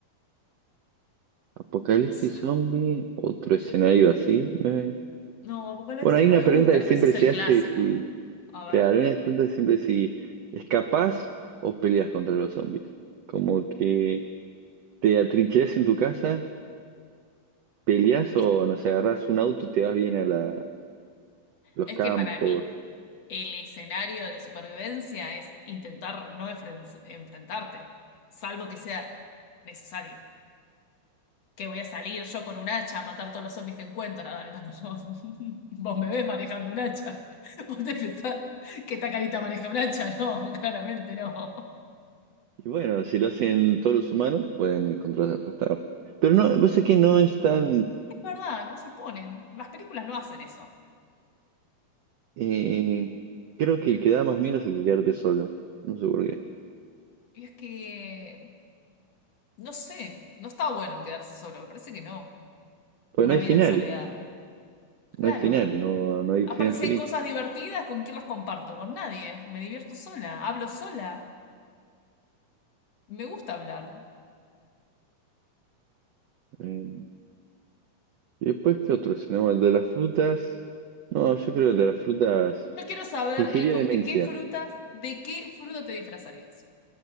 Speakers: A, on the right (about 80°); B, on the left (about 50°).
A: Apocalipsis
B: no sé.
A: Zombie, otro escenario así. eh.
B: No, apocalipsis
A: Bueno, hay
B: no
A: una
B: me
A: pregunta
B: gusta.
A: que
B: Pero
A: siempre
B: ese es
A: se
B: el clásico.
A: hace, si,
B: A ver.
A: claro, hay una pregunta que siempre si escapás o peleas contra los zombies. Como que ¿Te atrincherás en tu casa, peleás
B: Es,
A: o nos agarrás un auto y te vas bien a la- los
B: es
A: campos?
B: que para mí, el escenario de supervivencia es intentar no enfren- enfrentarte, salvo que sea necesario. que voy a salir yo con un hacha a matar todos los zombies que encuentra. Dale, tampoco. <laughs> Vos me ves manejando un hacha. <laughs> Vos te pensás que esta carita maneja un hacha. No, <laughs> claramente no.
A: Y bueno, si lo hacen todos los humanos, pueden contrarrestar. Pero no, vos sé que no es tan...
B: Es verdad, no se ponen. Las películas no hacen eso.
A: eh, creo que el que da más miedo es el que quedarte solo. No sé por qué.
B: Y es que, no sé, no está bueno el quedarse solo. Me parece que no.
A: Pues
B: Una
A: no hay
B: vida
A: final,
B: en soledad. Claro.
A: no hay final, no, no hay
B: Aparte,
A: final
B: si
A: feliz.
B: hay cosas divertidas, ¿con quién las comparto? Con nadie. Me divierto sola, hablo sola. Me gusta hablar.
A: Eh, y después, ¿qué otro escenario? El de las frutas. No, yo creo que el de las frutas...
B: Yo quiero saber
A: Fingiría
B: eh, co-
A: demencia.
B: de qué frutas, de qué fruta te disfrazarías.